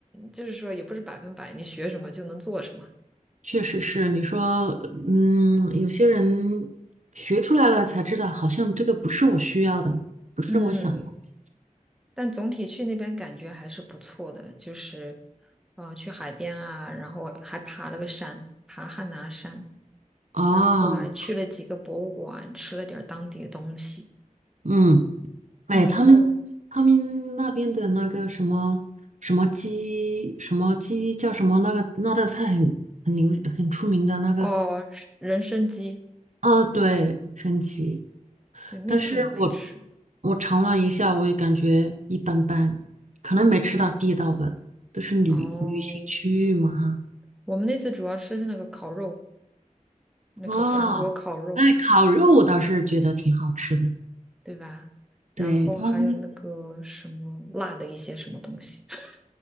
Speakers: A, in the centre; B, on the right.
A: 就是说也不是百分百你学什么就能做什么。
B: 确实是，你说，嗯，有些人学出来了才知道，好像这个不是我需要的，不是我想要的。
A: 嗯，但总体去那边感觉还是不错的，就是，呃，去海边啊，然后还爬了个山，爬汉拿山，
B: 哦，
A: 然后还去了几个博物馆，吃了点儿当地的东西。
B: 嗯，哎，
A: 嗯，
B: 他嗯们他们那边的那个什么什么鸡什么鸡叫什么那个那道菜很很牛很出名的那个，
A: 哦，人参鸡，
B: 啊，对，神奇。
A: 对，那次我们没吃。
B: 但是我我尝了一下，我也感觉一般般，可能没吃到地道的，都是旅旅行区域嘛。
A: 哦，
B: 哈。
A: 我们那次主要吃的是那个烤肉，那个韩国烤肉，
B: 哦，哎，烤肉我倒是觉得挺好吃的。
A: 对吧？
B: 对，
A: 然后还有那个什么辣的一些什么东西，
B: 他们
A: <laughs>